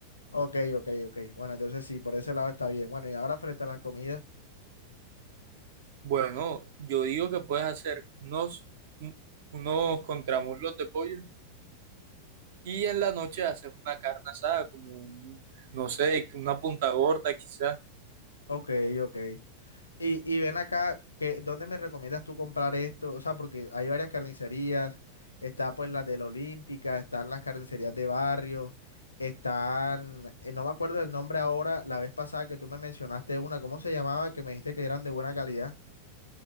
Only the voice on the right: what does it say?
Bueno, yo digo que puedes hacer unos, un- unos contramuslos de pollo Y en la noche haces una carne asada, como, un- no sé, una punta gorda quizás.